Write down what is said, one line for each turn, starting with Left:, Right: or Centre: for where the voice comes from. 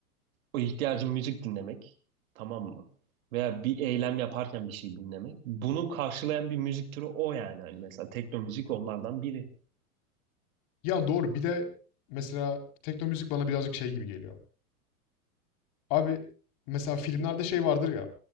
Right: o ihtiyacın müzik dinlemek, tamam mı? Veya bir eylem yaparken bir şey dinlemek. Bunu karşılayan bir müzik türü o yani. Hani mesela tekno müzik onlardan biri.
Left: ya doğru. Bir de mesela tekno müzik bana birazcık şey gibi geliyor. Abi mesela filmlerde şey vardır ya.